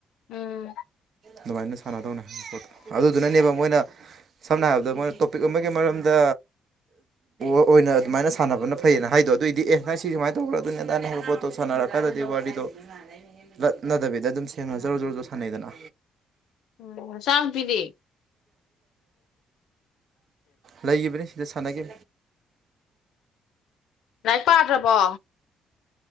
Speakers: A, on the left; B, on the right.
A: ꯎꯝ
B: ꯑꯗꯨꯃꯥꯏꯅ ꯁꯥꯟꯅꯒꯗꯧꯅꯦ ꯄꯣꯠꯇꯣ ꯑꯗꯨꯗꯨꯅꯅꯦꯕ ꯃꯣꯏꯅ ꯁꯝꯅ ꯍꯥꯏꯔꯕꯗꯥ ꯃꯣꯏꯅ ꯇꯣꯄꯤꯛ ꯑꯃꯒꯤ ꯃꯔꯝꯗꯥ ꯑꯣꯏꯅ ꯑꯗꯨꯃꯥꯏꯅ ꯁꯥꯟꯅꯕꯅ ꯐꯩꯌꯦꯅ ꯍꯥꯏꯗꯣ ꯑꯗꯨꯑꯣꯏꯗꯤ ꯑꯦ ꯅꯪ ꯁꯤ ꯁꯨꯃꯥꯏꯅ ꯇꯧꯕ꯭ꯔꯥ ꯑꯗꯨꯅꯤ ꯑꯗꯥꯅꯦ ꯍꯥꯏꯕ ꯄꯣꯠ ꯇꯣ ꯁꯥꯟꯅꯔꯀꯥꯟꯗꯥꯗꯤ ꯋꯥꯔꯤꯗꯣ ꯂꯠꯅꯗꯥꯕꯤꯗ ꯑꯗꯨꯝ ꯁꯦꯡꯅ ꯖꯣꯔꯣꯖꯣꯔꯣꯁꯨ ꯁꯥꯟꯅꯩꯗꯅ
A: ꯎꯝ ꯆꯥꯅꯨꯄꯤꯗꯤ
B: ꯂꯩꯒꯤꯕꯅꯤ ꯁꯤꯗꯥ ꯁꯥꯟꯅꯒꯤ
A: ꯂꯥꯏꯔꯤꯛ ꯄꯥꯗ꯭ꯔꯕꯣ꯫